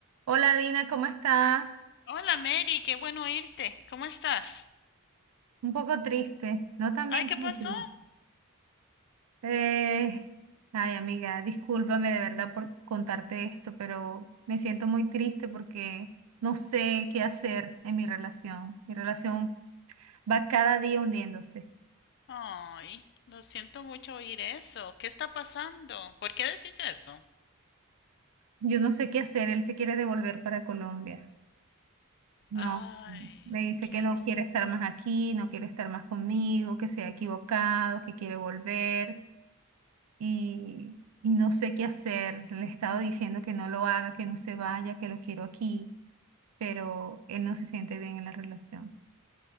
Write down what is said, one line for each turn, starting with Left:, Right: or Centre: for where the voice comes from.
Right: Hola Dina, ¿cómo estás?
Left: Hola Mary, qué bueno oírte. ¿Cómo estás?
Right: Un poco triste, no tan
Left: Ay,
Right: bien
Left: ¿qué
Right: como
Left: pasó?
Right: tú. Eh, ay amiga, discúlpame de verdad por contarte esto, pero me siento muy triste porque no sé qué hacer en mi relación. Mi relación va cada día hundiéndose.
Left: Ay, lo siento mucho oír eso. ¿Qué está pasando? ¿Por qué decís eso?
Right: Yo no sé qué hacer, él se quiere devolver para Colombia. No,
Left: Ay,
Right: me dice
Left: qué
Right: que no
Left: duro.
Right: quiere estar más aquí, no quiere estar más conmigo, que se ha equivocado, que quiere volver. y, y no sé qué hacer. Le he estado diciendo que no lo haga, que no se vaya, que lo quiero aquí, pero él no se siente bien en la relación.